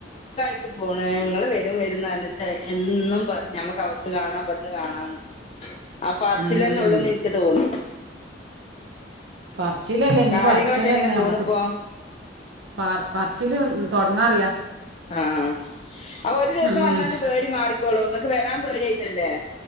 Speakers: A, on the left; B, on the right.
A: ങ്ങട്ട് പോണ് ങ്ങള് വരും വരുന്നറഞ്ഞിട്ട് എന്നും പറയും ഞമ്മക്ക് അവട്ന്ന് കാണാം ഇവിട്ന്ന് കാണാംന്ന്. ആ പർച്ചിലെന്നൊള്ളൂന്ന്
B: ഉം
A: എനിക്ക് തോന്നി
B: പറച്ചിലെല്ലനി
A: കാര്യങ്ങളൊക്കെ
B: പറച്ചിലെന്നെ
A: എങ്ങനെ പോണിപ്പോ
B: അമ്മക്ക് പാറ് പറച്ചില് തൊ ടങ്ങാറിയാ
A: ആഹ അപ്പൊ ഒരു ദിവസം
B: ഉം
A: വന്നാണ്ട് പേടി മാറിക്കോളൂ ഇങ്ങക്ക് വരാൻ പേടിയായിട്ടല്ലേ